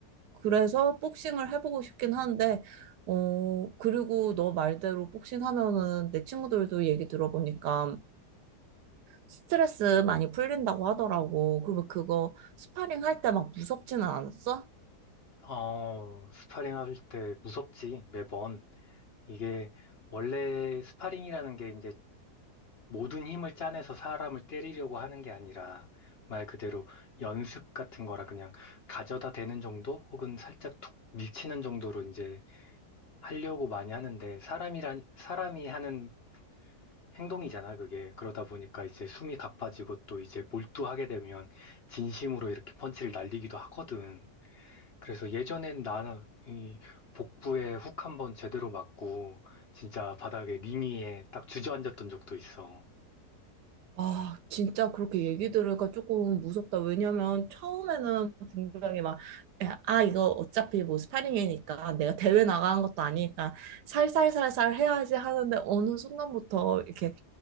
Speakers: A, on the right; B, on the left.
A: 그래서 복싱을 해보고 싶긴 한데, 어, 그리고 너 말대로 복싱 하면은 내 친구들도 얘기 들어보니까 스트레스 많이 풀린다고 하더라고. 그러면 그거 스파링 할 때 막 무섭지는 않았어?
B: 어, 스파링 할 때 무섭지, 매번. 이게 원래 스파링이라는 게 이제 모든 힘을 짜내서 사람을 때리려고 하는 게 아니라 말 그대로 연습 같은 거라 그냥 가져다 대는 정도 혹은 살짝 툭 밀치는 정도로 이제 하려고 많이 하는데 사람이란 사람이 하는 행동이잖아 그게 그러다 보니까 이제 숨이 가빠지고 또 이제 몰두하게 되면 진심으로 이렇게 펀치를 날리기도 하거든. 그래서 예전엔 나는 이 복부에 훅 한번 제대로 맞고 진짜 바닥에 링이에 딱 주저앉았던 적도 있어.
A: 아, 진짜 그렇게 얘기 들으니까 조금 무섭다. 왜냐면 처음에는 분명히 막, 야, 아, 이거 어차피 뭐 스파링이니까 내가 대회 나가는 것도 아니니까 살살살살 해야지 하는데 어느 순간부터 이렇게